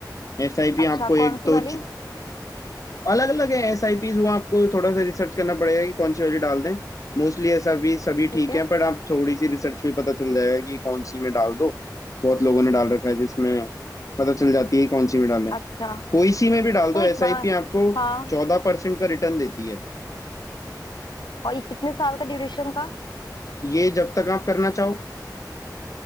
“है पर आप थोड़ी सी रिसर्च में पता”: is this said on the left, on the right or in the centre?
Left